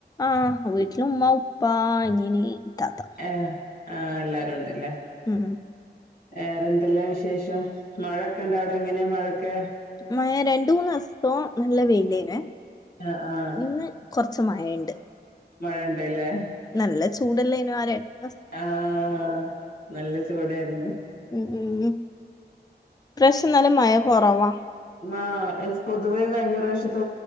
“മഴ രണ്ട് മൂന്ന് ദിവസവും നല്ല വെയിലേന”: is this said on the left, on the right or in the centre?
Left